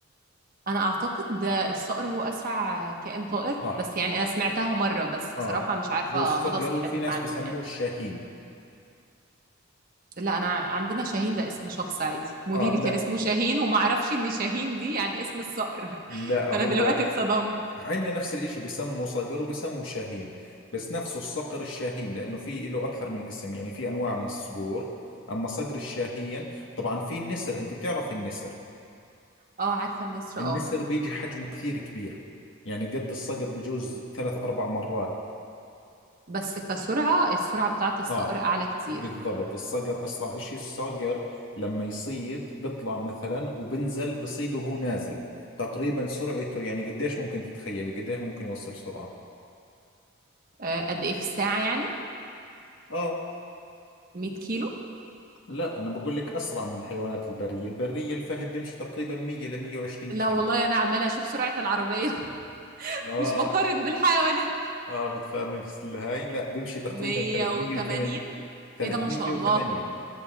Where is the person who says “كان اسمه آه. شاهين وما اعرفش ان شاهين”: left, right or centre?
Right